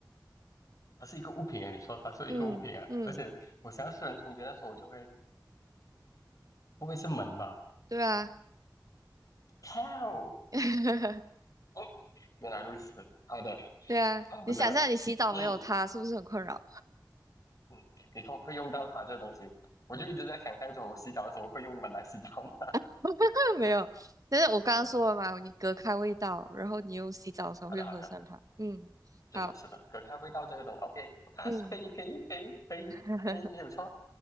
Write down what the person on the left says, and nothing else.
它是一个物品哎，你说它是一个物品啊，
而且我想要四人同居的时候，我就会不会是门吧？
靠！
哦，原来如此，好的
好的，
嗯
嗯，你说会用到它这个东西，我就一直在想象着我洗澡的时候会用门来洗澡吗？
<laughs>
好的好的，
是的是的，
可它味道这个东，OK，它是可以可以可以可以可以没有错，